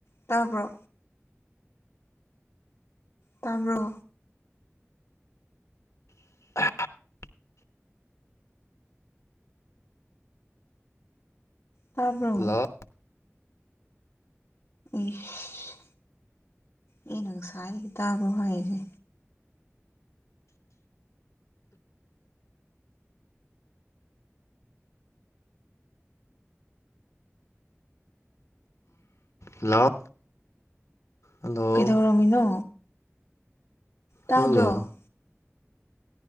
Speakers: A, on the left; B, on the left.
A: ꯇꯥꯕ꯭ꯔꯣ ꯇꯥꯕ꯭ꯔꯣ
B: <unintelligible>
A: ꯇꯥꯕ꯭ꯔꯣ
B: ꯍꯜꯂꯣ
A: ꯏꯁ ꯑꯩꯅ ꯉꯥꯁꯏꯗꯒꯤ ꯇꯥꯕ꯭ꯔꯣ ꯍꯥꯏꯖꯦ
B: ꯍꯜꯂꯣ ꯍꯜꯂꯣ
A: ꯀꯩꯗꯧꯔꯝꯃꯤꯅꯣ ꯇꯥꯗ꯭ꯔꯣ
B: ꯍꯜꯂꯣ